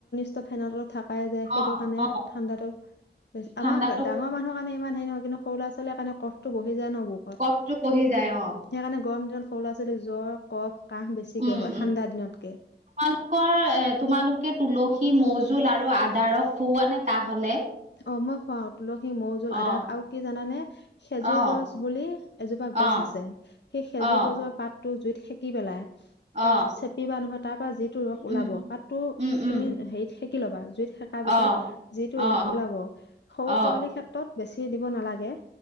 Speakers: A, on the left; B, on the right.
A: ত' ফেনৰ তলত থাক যায় সেইটো
B: অ
A: কাৰণে
B: অ
A: ঠাণ্ডাটো বেছি,
B: ঠাণ্ডাতো
A: আমাৰ ডাঙৰ মানুহ কাৰণে ইমান হেৰি নহয়। কিন্তু সৰু ল'ৰা ছোৱালীৰ কাৰণে ক'ফটো বহি যায় ন বুক
B: কফটো বহি
A: ত
B: যায় অ
A: সেইকাৰণে গৰম দিনত সৰু ল'ৰা ছোৱালী জ্বৰ ক'ফ কাহ বেছিকে
B: উম
A: হয়
B: উম
A: ঠাণ্ডা দিনতকৈ।
B: তোমালোকৰ এ তোমালোকে তুলসী মৌ জোল আৰু আদা ৰস খোওঁৱা নে কাঁহ হ'লে?
A: অ', মই খোৱাওঁ তুলসী মৌ জোল
B: অ
A: আদাৰ আৰু কি জানা নে? খেজুৰ
B: অ
A: গছ বুলি এজোপা
B: অ
A: গছ আছে। সেই খেজুৰ
B: অ
A: গছৰ পাত টো জুইত সেকি পেলাই
B: অ
A: তাৰ চেপিবা নহয়, তাৰ পৰা যিটো ৰস
B: উম
A: ওলাব পাতো
B: উম উম
A: তুমি হেৰিত সেকি ল'বা জুইত তাৰপিছত
B: অ
A: যিটো
B: অ
A: ৰস ওলাব সৰু
B: অ
A: পোৱালি ক্ষেত্ৰত বেছি দিব নালাগে।